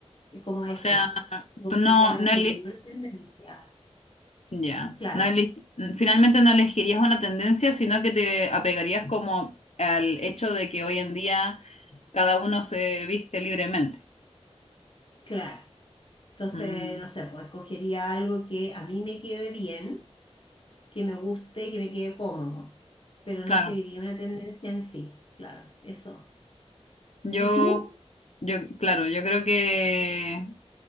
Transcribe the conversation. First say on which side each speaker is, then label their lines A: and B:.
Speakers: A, on the left (about 50°); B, on the left (about 70°).
A: Es como
B: O
A: eso,
B: sea,
A: como
B: tú no,
A: que ya no
B: no
A: seguiría
B: ele-
A: una tendencia.
B: ya,
A: Claro,
B: no eleg- finalmente no elegirías una tendencia, sino que te apegarías como al hecho de que hoy en día cada uno se viste libremente.
A: claro. Entonces,
B: Mm,
A: no sé, pues escogería algo que a mí me quede bien que me guste, que me quede cómodo, pero
B: claro,
A: no seguiría una tendencia en sí, claro, eso.
B: yo,
A: ¿Y tú?
B: yo, claro, yo creo que,